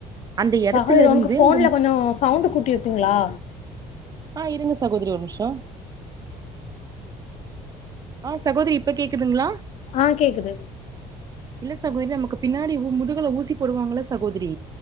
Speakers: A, on the right; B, on the left.
A: அந்த எடத்துல
B: சகோதரி
A: இருந்து
B: உனக்கு ஃபோன்ல
A: அந்த மு-
B: கொஞ்சோ சவுண்டு கூட்டி வப்பீங்களா
A: ஆ இருங்க சகோதரி ஒரு நிம்ஷோ ஆ சகோதரி இப்ப கேக்குதுங்ளா
B: ஆ கேக்குது
A: இல்ல சகோதரி நமக்கு பின்னாடி மு முதுகல ஊசி போடுவாங்கள சகோதரி